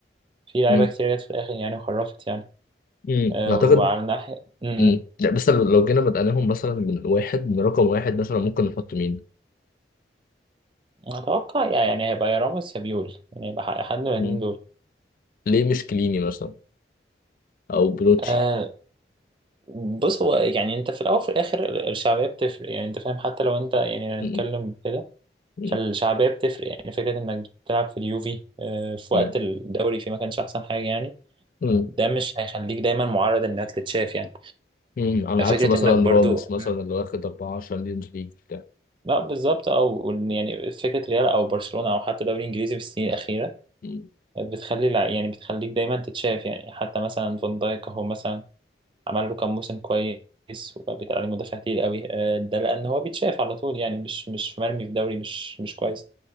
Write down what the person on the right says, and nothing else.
في لعيبه
كتير جت في الاخر يعني وخرفت يعني
آه،
وعلى الناحيه م-
م.
اتوقع يعني هيبقى يا راموس يا بيول يعني هيبقى ح- حد من الاثنين
دول
آه، بص هو يعني انت في الاول وفي الاخر ال- الشعبيه بتفرق يعني انت فاهم حتى لو انت يعني هنتكلم
كده
فالشعبيه بتفرق يعني فكره انك بتلعب في اليوفي آه، في
وقت الدوري فيه ما كانش احسن حاجه يعني
ده مش هيخليك دايما معرض انك تتشاف يعني
فكره
انك برضو
لا بالظبط او يعني فكره ريال او برشلونه او حتى دوري انجليزي في السنين الاخيره
بتخلي الع- يعني بتخليك دايما تتشاف يعني حتى مثلا فان دايك اهو مثلا عمل له كام موسم كويس وبقى بيتقال عليه مدافع تقيل قوي آه، ده لان هو بيتشاف على طول يعني مش مش مرمي في دوري مش مش كويس